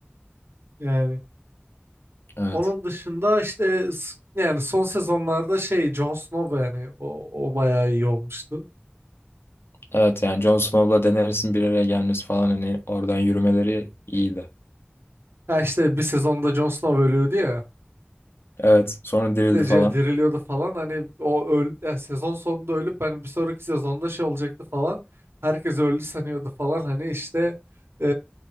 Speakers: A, on the right; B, on the left.
A: Yani
B: Evet.
A: onun dışında işte s- yani son sezonlarda şey Jon Snow yani o, o bayağı iyi olmuştu.
B: Evet yani Jon Snow'la Daenerys'in bir araya gelmesi falan hani oradan yürümeleri iyiydi.
A: Ya işte bir sezonda Jon Snow ölüyordu ya.
B: Evet sonra dirildi
A: ce-
B: falan.
A: diriliyordu falan hani o öl yani sezon sonunda ölüp hani bir sonraki sezonda şey olacaktı falan herkes öldü sanıyordu falan hani işte e,